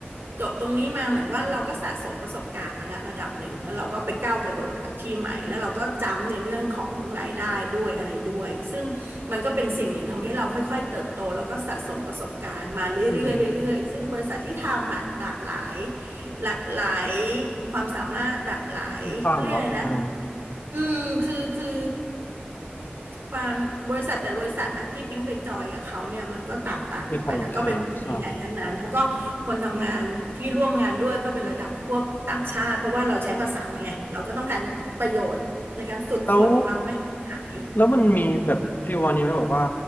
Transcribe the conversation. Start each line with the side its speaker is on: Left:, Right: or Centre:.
Right: จบตรงนี้มาเหมือนว่าเราก็สะสมประสบการณ์มาแล้วระดับหนึ่งแล้วเราก็ไปก้าวกระโดดกับที่ใหม่แล้วเราก็จำในเรื่องของรายได้ด้วยอะไรด้วยซึ่งมันก็เป็นสิ่งหนึ่งทำให้เราค่อยๆเติบโตแล้วก็สะสมประสบการณ์มาเรื่อยๆเรื่อยๆซึ่งบริษัทที่ทำอ่ะหลากหลาย
Left: อืม
Right: หลากหลายความสามารถหลากหลายเขาเรียกอะไรนะ
Left: ค่อนข้างเนาะเออ
Right: อืมคือคือความบริษัทแต่ละบริษัทน่ะที่ปิ๊งไปจอยกับเขาเนี่ยมันก็ต่างต่างกันไปแต่ก็เป็นบริษัทใหญ่ๆทั้งนั้นแล้วก็คนทำงานที่ร่วมงานด้วยก็เป็นระดับพวกต่างชาติเพราะว่าเราใช้ภาษาไงเราก็ต้องการประโยชน์ในการฝึกฝนของเราไม่ให้มันหาย
Left: ก็ไม่เข้าเราเลยอ่าใช่แล้ว แล้วมันมีแบบฟีลวันนี้ไหมแบอกว่า